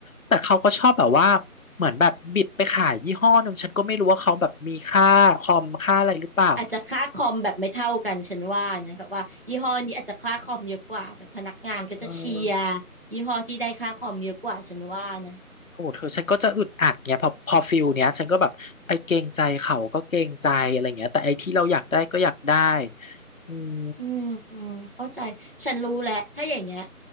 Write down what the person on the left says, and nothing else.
แต่เขาก็ชอบแบบว่าเหมือนแบบบิดไปขายยี่ห้อหนึ่งฉันก็ไม่รู้ว่าเขาแบบมีค่าคอมค่าอะไรหรือเปล่า
เออ
โหเธอฉันก็จะอึดอัดเงี้ยพอพอฟิลเนี้ยฉันก็แบบไอ้เกรงใจเขาก็เกรงใจอะไรเงี้ยแต่ไอ้ที่เราอยากได้ก็อยากได้อืม